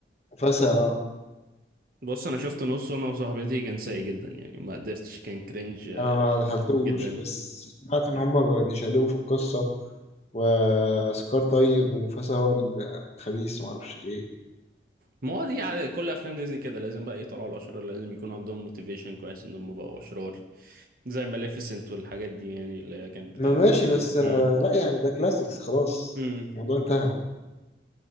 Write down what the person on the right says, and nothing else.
بص انا شفت نصه انا وصاحبتي كان سيء جدا يعني ما قدرتش كان كرنج آه،
جدا
ما هو دي عادة كل افلام ديزني كده لازم بقى يطلعوا الاشرار لازم يكون عندهم موتيفيشن كويس انهم بقوا اشرار زي ماليفيسنت والحاجات دي يعني اللي هي كانت بتاعت
هم.
هم.